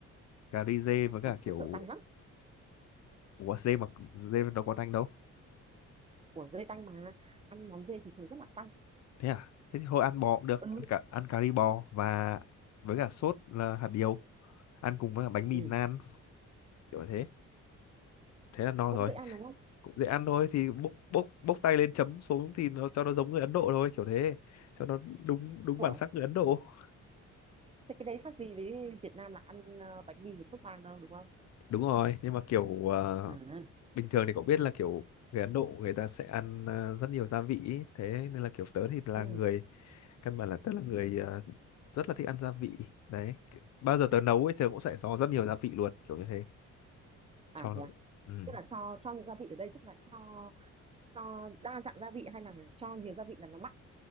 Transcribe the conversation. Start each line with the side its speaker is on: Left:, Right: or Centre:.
Left: cà ri dê với cả
Right: Trời,
Left: kiểu
Right: tớ sợ tanh lắm
Left: ủa dê mà dê đâu có tanh đâu
Right: của dê tanh mà ăn món dê thì thường rất là tanh
Left: thế à thế thì thôi ăn bò cũng được
Right: ừ
Left: ăn cả ăn cà ri bò và với cả sốt là hạt điều ăn cùng với cả bánh mì
Right: ừ
Left: nan kiểu thế thế là no
Right: cũng
Left: rồi
Right: dễ ăn đúng không
Left: cũng dễ ăn thôi thì bốc bốc bốc tay lên chấm xuống thì nó cho nó giống người Ấn Độ thôi kiểu thế cho nó đúng đúng
Right: Ủa
Left: bản sắc người Ấn Độ
Right: thế cái đấy khác gì với Việt Nam là ăn ờ, bánh mì với sốt vang đâu đúng không
Left: đúng rồi nhưng mà kiểu ờ,
Right: à
Left: bình thường thì cậu biết là kiểu người Ấn Độ người ta sẽ ăn ờ, rất nhiều gia vị ý. thế nên là kiểu tớ thì là
Right: ừ
Left: người căn bản là tớ là người ờ, rất là thích ăn gia vị đấy bao giờ tớ nấu ấy tớ cũng sẽ có rất nhiều gia vị luôn kiểu như thế
Right: à
Left: cho nó
Right: thế à
Left: ừ.
Right: tức là cho cho nhiều gia vị ở đây tức là cho cho đa dạng gia vị hay là cho nhiều gia vị là nó mặn